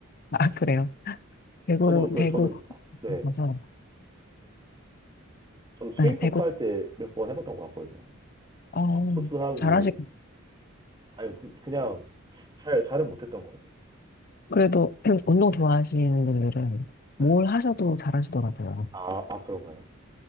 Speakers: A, on the left (about 45°); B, on the right (about 20°).
A: 아, 그래요? 배구를,
B: 저도 그
A: 배구,
B: 저는 네,
A: 가서,
B: 저는 수행
A: 네,
B: 평가할
A: 배구,
B: 때 몇 번 해봤던 것 같거든요.
A: 어,
B: 막 토스하고
A: 잘하시,
B: 아니 그냥 잘 잘은 못했던 것 같아요.
A: 그래도 <clears throat> 운동 좋아하시는 분들은
B: 네.
A: 뭘 하셔도 잘하시더라고요.
B: 아, 아 그런가요?